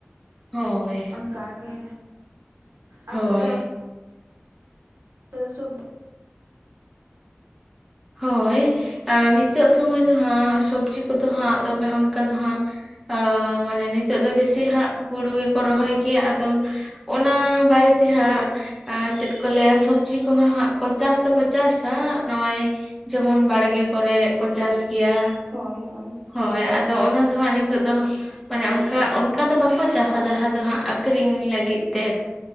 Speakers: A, in the centre; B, on the right.
A: ᱦᱳᱭ᱾
B: ᱠᱟᱜᱮ ᱟᱨ
A: ᱦᱳᱭ
B: ᱛᱟᱦᱚᱞᱮ ᱚᱱᱟ <inaudible>
A: ᱦᱳᱭ ᱱᱤᱛᱚᱜ ᱮᱸ ᱥᱚᱢᱚᱭ ᱫᱚ ᱦᱟᱸᱜ ᱥᱚᱵᱽᱡᱤ ᱠᱚᱫᱚ ᱦᱟᱸᱜ ᱫᱚᱢᱮ ᱚᱱᱠᱟ ᱫᱚ ᱦᱟᱸᱜ ᱟ ᱢᱟᱱᱮ ᱱᱤᱛᱚᱜ ᱫᱚ ᱵᱮᱥᱤ ᱦᱟᱸᱜ ᱦᱩᱲᱩ ᱜᱮᱠᱚ ᱨᱚᱦᱚᱭ ᱜᱮᱭᱟ ᱟᱫᱚ ᱚᱱᱟ ᱵᱟᱨᱮ ᱛᱮ ᱦᱟᱸᱜ
B: ᱦᱳᱭ
A: ᱮᱸ ᱪᱮᱫ ᱠᱚ ᱞᱟᱹᱭᱟ ᱥᱚᱵᱽᱡᱤ ᱠᱚᱦᱚᱸ ᱦᱟᱸᱜ ᱠᱚ ᱪᱟᱥ ᱫᱚᱠᱚ ᱪᱟᱥᱟ ᱱᱚᱸᱜᱼᱚᱭ ᱡᱮᱢᱚᱱ ᱵᱟᱲᱜᱮ ᱠᱚᱨᱮᱜ ᱠᱚ ᱪᱟᱥ ᱜᱮᱭᱟ᱾
B: ᱦᱳᱭ ᱦᱳᱭ᱾
A: ᱦᱳᱭ ᱟᱫᱚ ᱚᱱᱟ ᱫᱚ ᱦᱟᱸᱜ ᱱᱤᱛᱳᱜ ᱫᱚ ᱢᱟᱱᱮ ᱚᱱᱠᱟ ᱚᱱᱠᱟ ᱫᱚ ᱵᱟᱠᱚ ᱪᱟᱥᱟ ᱡᱟᱦᱟᱸ ᱫᱚ ᱦᱟᱸᱜ ᱟᱠᱷᱨᱤᱧ ᱞᱟᱹᱜᱤᱫ ᱛᱮ᱾